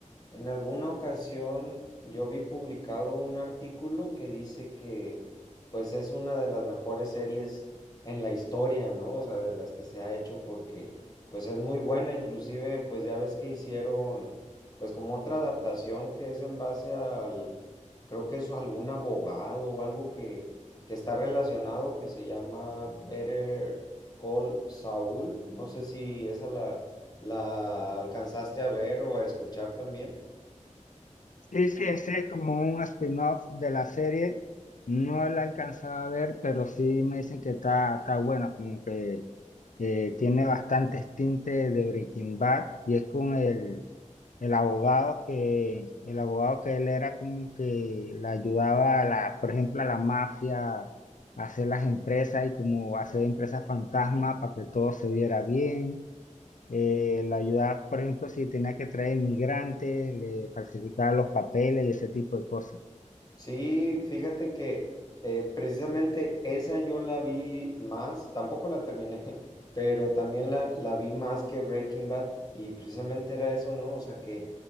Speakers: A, on the left; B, on the left.
A: en alguna ocasión yo vi publicado un artículo que dice que pues es una de las mejores series en la historia, ¿no? O sea, de las que se ha hecho porque pues es muy buena, inclusive pues ya ves que hicieron pues como otra adaptación que es en base al, creo que es algún abogado o algo que que está relacionado, que se llama Better Call Saul. No sé si esa la, la alcanzaste a ver o a escuchar también.
B: Sí, sí, ese es como un spin-off de la serie. No la alcanzaba a ver, pero sí me dicen que está, está buena, como que eh, tiene bastantes tintes de Breaking Bad y es con el, el abogado que el abogado que él era como que le ayudaba a la, por ejemplo, a la mafia a hacer las empresas y como hacer empresas fantasma para que todo se viera bien. Eh, le ayudaba, por ejemplo, si tenía que traer inmigrantes, le falsificaba los papeles y ese tipo de cosas.
A: Sí, fíjate que eh, precisamente esa yo la vi más, tampoco la terminé, <laughs> pero también la, la vi más que Breaking Bad y precisamente era eso, ¿no? O sea, que,